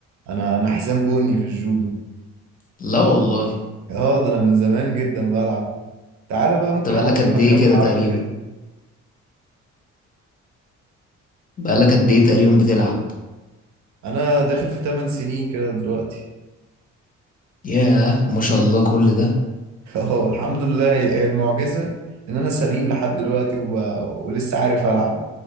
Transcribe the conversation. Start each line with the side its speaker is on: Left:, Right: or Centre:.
Right: انا انا حزام بني في الجودو
Left: لا والله
Right: اه ده انا من زمان جدا بلعب تعالى بقى ممكن
Left: انت بقالك
Right: اعلمك
Left: قد ايه
Right: كام
Left: كده
Right: حركة
Left: تقريبا
Right: كده
Left: بقالك قد ايه تقريبا بتلعب
Right: انا داخل في 8 سنين كده دلوقتي
Left: ياه ما شاء الله كل ده
Right: <laughs> اه الحمد لله هي المعجزة ان انا سليم لحد دلوقتي وب... ولسه عارف العب